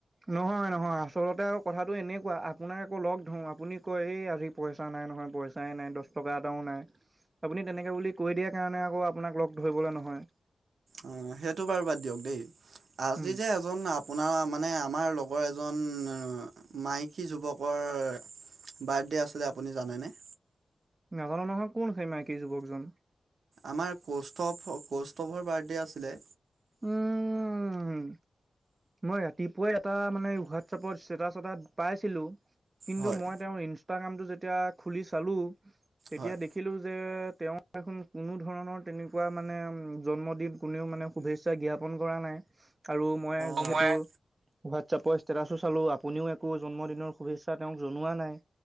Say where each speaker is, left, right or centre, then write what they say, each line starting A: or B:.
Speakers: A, on the right; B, on the right.
A: নহয় - নহয় আচলতে আৰু কথাটো এনেকুৱা আপোনাক আকৌ লগ ধৰো আপুনি কয় এই আজি পইচা নাই নহয় পইচাই নাই দহ টকা এটাও নাই। আপুনি তেনেকৈ বুলি কৈ দিয়াৰ কাৰণে আকৌ আপোনাক লগ ধৰিবলৈ নহয়।
B: অ, সেইটো বাৰু বাদ দিয়ক দেই আজি
A: উম
B: যে আপোনাৰ মানে আমাৰ লগৰ এজন মাইকী যুৱকৰ বাৰ্থডে আছিলে আপুনি জানেনে?
A: নাজানো নহয় কোন খে মাইকী যুৱকজন।
B: আমাৰ কৌষ্ঠৱ - কৌষ্ঠৱ বাৰ্থডে' আছিলে।
A: উম, মই ৰাতিপুৱাই এটা মানে হোৱাটছএপত ষ্টেটাচ এটা পাইছিলো। কিন্তু
B: হয়
A: মই তেওঁৰ ইনষ্টাগ্ৰামটো যেতিয়া খুলি চালো। তেতিয়া
B: হয়
A: দেখিলো যে তেওঁ এখন কোনো ধৰণৰ তেনেকুৱা মানে জন্মদিন কোনেও মানে শুভেচ্ছা জ্ঞাপন কৰা নাই আৰু মই
B: অ'
A: যিহেতু
B: হয়
A: হোৱাটছেপৰ ষ্টেটাছো চালো আপুনিও একো জন্মদিনৰ শুভেচ্ছা তেওঁক জনোৱা নাই।